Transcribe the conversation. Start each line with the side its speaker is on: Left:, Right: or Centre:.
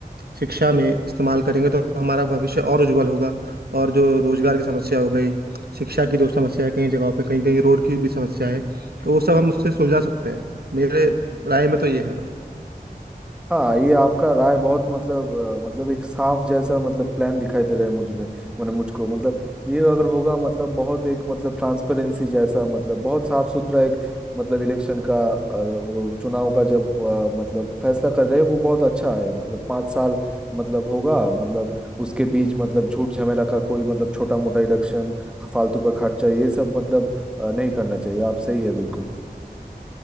Right: शिक्षा में इस्तेमाल करेंगे तो हमारा भविष्य और उज्जवल होगा और जो रोजगार की समस्या हो गई शिक्षा की जो समस्या है कई जगहों पे कहीं कहीं रोड की भी समस्या है तो वो सब हम उससे सुलझा सकते हैं मेरे राय में तो ये है भाई
Centre: हाँ ये आपका राय बहुत मतलब अ, मतलब एक साफ जैसा मतलब प्लान दिखाई दे रहा है मुझ में मैंने मुझको मतलब ये अगर होगा मतलब बहुत एक मतलब ट्रांसपेरेंसी जैसा मतलब बहुत साफ सुथरा एक मतलब इलेक्शन का अ, वो चुनाव का जब अ, मतलब फैसला कर रहे हैं वो बहुत अच्छा है मतलब पाँच साल मतलब होगा मतलब उसके बीच मतलब झूठ झमेला का कोई मतलब छोटा मोटा इलेक्शन फालतू का खर्चा ये सब मतलब अ, नहीं करना चाहिए आप सही है बिल्कुल